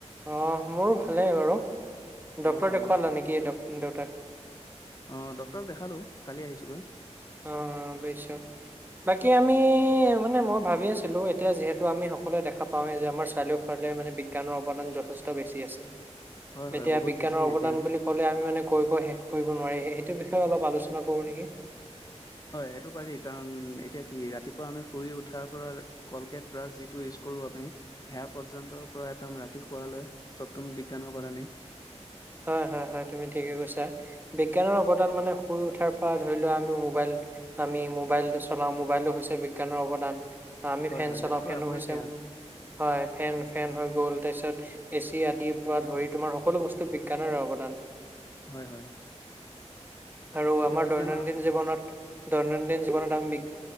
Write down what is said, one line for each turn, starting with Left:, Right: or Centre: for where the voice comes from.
Right: আহ মোৰো ভালেই বাৰু, ডকক্তৰ
Left: অ অ
Right: দেখুৱালা নেকি দেউতাক?
Left: আহ ডটৰ দেখালো কালি আহিছোগৈ।
Right: অ অ বুজিছো বাকী আমি মানে মই ভাবি আছিলো এতিয়া যিহেতু আমি সকলোৱে দেখা পাওঁৱে যে আমাৰ চাৰিওৰ মানে বিজ্ানৰ অৱদান যথেষ্ট বেছি আছে,
Left: হয় হয়
Right: এতিয়া
Left: বহুত
Right: বিজ্ঞানৰ
Left: বেছি
Right: অৱদান
Left: এতিয়া
Right: বুলি ক'লে আমি মানে কৈ কৈ শেষ কৰিব নোৱাৰি, সেইটো বিষয়ে অলপ আলোচনা কৰো নেকি?
Left: হয় সেইটো পাৰি, কাৰণ এতিয়া কি ৰাতিপুৱা আমি শুৰি উঠাৰ পৰা কলগেট ব্ৰাছ যিটো ইজ কৰো আপমি সেয়া পৰ্যন্তৰ পৰা একদম ৰাতি শুৱ লৈ চতুন বিজ্ঞানৰ পৰাণি।
Right: হয় হয় হয় তুমি ঠিকে কৈছা বিজ্ঞানৰ অৱদান মানে শুই উঠাৰ পৰা ধৰি লোৱা আমি মোবাইল আমি মোবাইল চলাও মোবাইলো হৈছে বিজ্ঞানৰ অৱদান। আমি
Left: হয়
Right: ফেন
Left: হয়
Right: চলাওঁ
Left: সেইটোতো
Right: ফেনো
Left: আপুৰুগীয়া
Right: হৈছে, হয় ফেন ফেন হৈ গ'ল ত িছত এচি আদিৰ পৰা ধৰি তোমাৰ সকলো বস্তু বিজ্ঞানৰে অৱদান।
Left: হয় হয়।
Right: আৰু
Left: এতিয়া
Right: আমাৰ
Left: বিজ্ঞানৰ
Right: দৈনন্দিন জীৱনত দৈনন্দিন বি